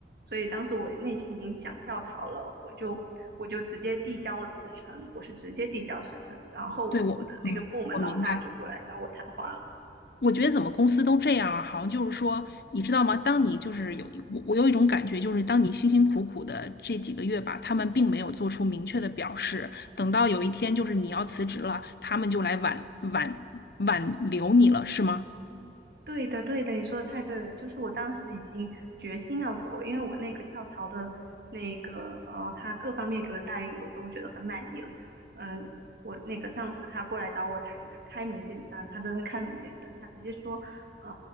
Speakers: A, on the right; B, on the left.
A: 所以当时我内心已经想跳槽了，我就我就直接递交了辞呈，我是直接递交辞呈，然后我的那个部门老大就过来找我谈话了。
B: 对我，嗯，我明白。我觉得怎么公司都这样啊，好像就是说，你知道吗？当你就是有我，我有一种感觉，就是当你辛辛苦苦的这几个月吧，他们并没有做出明确的表示。等到有一天就是你要辞职了，他们就来挽挽挽留你了，是吗？
A: 对的，对的，你说的太对了。就是我当时已经决心要走了，因为我那个跳槽的那个呃，他各方面给我的待遇我都觉得很满意了。嗯、我那个上司他过来找我谈，他开门见山，他真的是开门见山，他直接说，呃，